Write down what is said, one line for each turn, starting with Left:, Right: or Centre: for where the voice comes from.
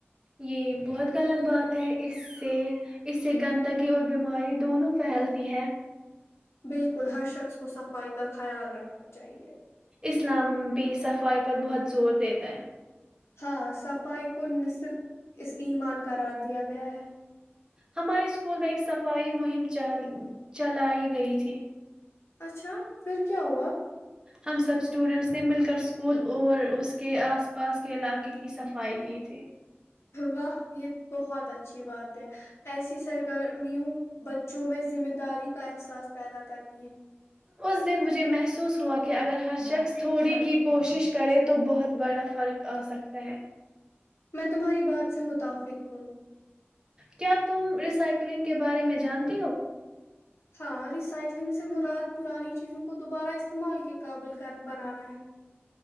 Right: یہ بہت غلط بات ہے اس سے اس سے گندگی اور بیماری دونوں پھیلتی ہے
Left: بالکل ہر شخص کو صفائی کا خیال رکھنا چاہیے
Right: اسلام بھی صفائی پر بہت زور دیتا ہے <unintelligible>
Left: ہاں صفائی کو نہ صرف اس ایمان قرار دیا گیا ہے
Right: ہمارے اسکول میں ایک صفائی مہم چلائی گئی تھی
Left: اچھا پھر کیا ہوا
Right: ہم سب اسٹوڈینٹس نے مل کر اسکول اور اس کے آس پاس کے علاقے کی صفائی کی تھی
Left: واہ یہ بہت اچھی بات ہے ایسی سرگرمیوں بچوں میں ذمہ داری کا احساس پیدا کرتے
Right: اس دن مجھے محسوس ہوا کہ کہ اگر ہر شخص تھوڑی کی کوشش کرے تو بہت بڑا فرق آ سکتا ہے
Left: میں تمہاری بات سے متفق ہوں
Right: کیا تم ریسائکلنگ کے بارے میں جانتی ہو؟
Left: ہاں ریسائیکلنگ سے مراد پرانی چیزوں کو دوبارہ استعمال کے قابل بنانا ہے